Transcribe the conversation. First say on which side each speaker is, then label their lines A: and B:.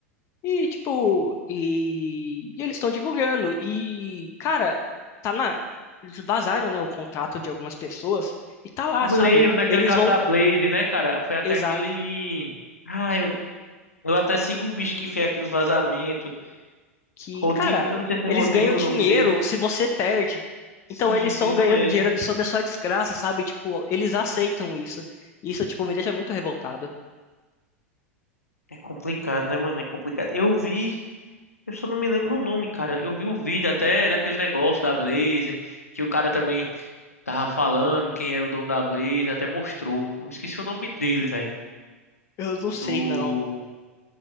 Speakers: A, on the left (about 35°); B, on the left (about 80°).
A: E, tipo, e, e eles estão divulgando. E, cara, tá na. Eles vazaram, né, o contrato de algumas pessoas. E tá lá,
B: Eu
A: sabe?
B: me lembro, naquele
A: Eles
B: caso
A: vão.
B: da Blaze, né, cara? Foi até
A: exato.
B: aquele. Ah, eu, eu até sigo o bicho que fez aqueles vazamentos.
A: que,
B: Rodrigo,
A: cara,
B: eu não sei se
A: eles
B: é Rodrigo
A: ganham dinheiro
B: o nome dele.
A: se você perde. Então
B: Isso,
A: eles estão
B: isso
A: ganhando
B: mesmo.
A: dinheiro sob a sua desgraça, sabe? Tipo, eles aceitam isso. Isso, tipo, me deixa muito revoltado.
B: É complicado, né, mano? É complicado. Eu vi Eu só não me lembro o nome, cara. Eu vi o vídeo até daquele negócio da Blazer, que o cara também tava falando quem era o dono da Blazer, até mostrou. Eu me esqueci o nome dele, velho.
A: Eu não
B: Do,
A: sei, não.